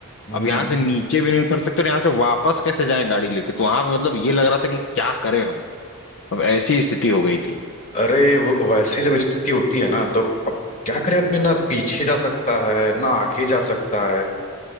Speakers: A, on the left; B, on the left.
A: हम्म
B: अब यहाँ
A: हम्म।
B: से नीचे भी नहीं उतर सकते और यहाँ से वापस कैसे जाएं गाड़ी लेके तो वहां पे मतलब ये लग रहा था कि क्या करें हम अब ऐसी स्थिति हो गई थी
A: अरे वो- वैसी जब स्थिति होती है ना तो अब क्या करे आदमी ना पीछे जा सकता है ना आगे जा सकता है